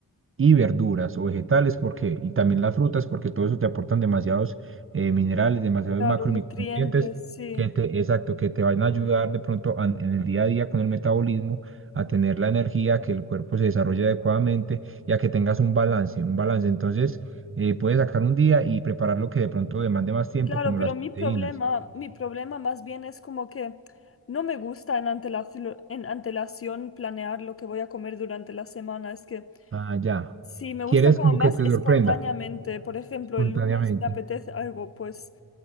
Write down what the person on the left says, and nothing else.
Claro,
nutrientes,
sí.
Claro,
pero
mi problema, mi problema más bien es como que no me gusta en antelación, en antelación planear lo que voy a comer durante la semana. Es que
Sí, me gusta
como
más
espontáneamente.
Por ejemplo,
el lunes me apetece algo, pues